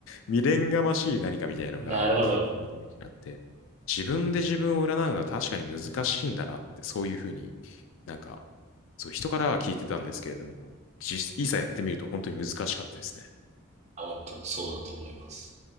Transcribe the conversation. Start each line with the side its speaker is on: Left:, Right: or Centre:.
Left: 未練がましい何かみたいなのが、
Right: なるほど。
Left: こう出てきちゃって、自分で自分を占うのは確かに難しいんだなって、そういうふうになんか、そう、人からは聞いてたんですけれども、実いざやってみると本当に難しかったですね。
Right: 本当そうだと思います。